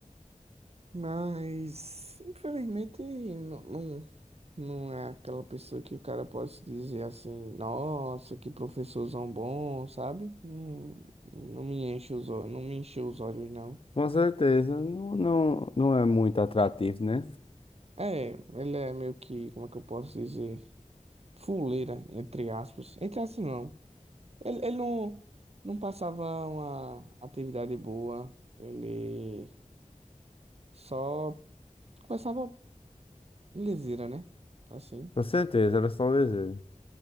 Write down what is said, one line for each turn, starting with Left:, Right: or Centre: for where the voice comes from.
Right: mas infelizmente não, não, não é aquela pessoa que o cara pode se dizer assim, nossa, que professorzão bom, sabe? Não, não me enche os olhos, não me encheu os olhos, não.
Left: Com certeza, não, não, não é muito atrativo, né?
Right: É, ele é meio que, como é que eu posso dizer? Fuleira, entre aspas. Entre aspas, não. Ele, ele não, não passava uma atividade boa, ele só começava leseira, né? Assim.
Left: Com certeza, era só desejo.